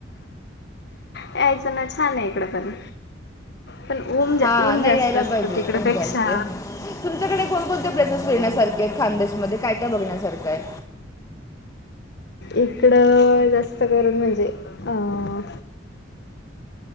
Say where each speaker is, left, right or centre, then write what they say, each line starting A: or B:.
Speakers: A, on the left; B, on the left.
A: यायचं ना, छान आहे इकडं पण. पण, ऊन-ऊन
B: हां नाही
A: जास्त
B: यायला
A: असतं
B: पाहिजे
A: तिकडपेक्षा.
B: जास्त तुमच्याकडे कोणकोणत्या प्लेसेस फिरण्यासारखे आहेत? खानदेशी मध्ये काय काय बघण्यासारखं आहे?
A: इकडं जास्त करून म्हणजे, अं.